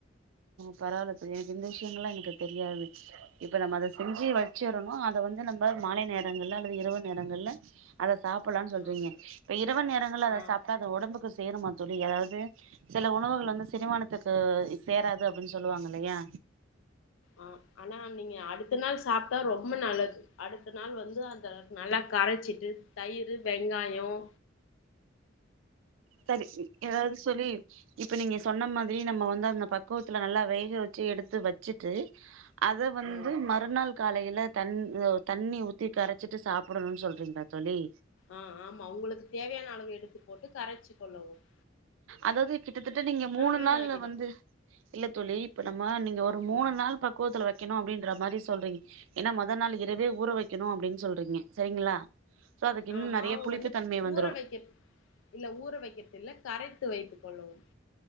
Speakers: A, on the right; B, on the left.
A: பரவாயில்ல பிரியா எனக்கு இந்த விஷயங்கள்ல்லாம் எனக்கு தெரியாது இப்ப நம்ம அதை செஞ்சு வச்சுரனு அத வந்து நம்ம மாலை நேரங்கள்ல அல்லது இரவு நேரங்கள்ல அத சாப்பிலாம்னு சொல்றீங்க
B: ஆ
A: இப்ப இரவு நேரங்கள்ல அத
B: ஆ
A: சாப்ட அத உடம்புக்கு சேருமா தூழி அதாவது சில உணவுகள் வந்து செரிமானத்துக்கு தேராது அப்டின்னு சொல்லுவாங்கல்லையா
B: ஆஹ் ஆனா நீங்க அடுத்த நாள் சாப்டா ரொம் ரொம்ப நல்லது அடுத்த நாள் வந்து அந்த நல்லா கரைச்சிட்டு தயிர் வெங்காயம்
A: சரி ஏதாவது சொல்லி இப்ப நீங்க சொன்ன மா திரி நம்ம வந்து அந்த பக்கவத்துல நல்லா வேக வச்சு எடுத்து வச்சுட்டு அத வந்து
B: ம்
A: மறுநாள் காலையில த தண்ணி ஊத்தி கரைச்சிட்டு சாப்பிடணும்னு சொல்றீங்களா தூழி
B: ஆஹ் ஆமா உங்களுக்கு தேவையான அளவு எடுத்து போட்டு கரைச்சு கொள்ளவும்
A: அதாவது கிட்டத்தட்ட நீங்க மூணு
B: வீணாகிடு
A: நாள்ல வந்து இல்ல தூழி இப்ப நம்ம நீங்க ஒரு மூணு
B: ம்
A: நாள் பக்குவத்துல வைக்கணும் அப்படின்னு மாரி சொல்றீங்க ஏன்ன முதல் நாள் இரவே ஊற வைக்கணும் அப்படின்னு சொல்றீங்க சரிங்களா சோ அதுக்கு இன்னும்
B: ஆஹ்
A: நெறைய
B: மாவு
A: புளிப்பு
B: வந்து
A: தன்மை வந்துரு
B: ஊற வைக்க இல்ல ஊற வைக்கிறது இல்ல கரைத்து வைத்துக் கொள்ளவும்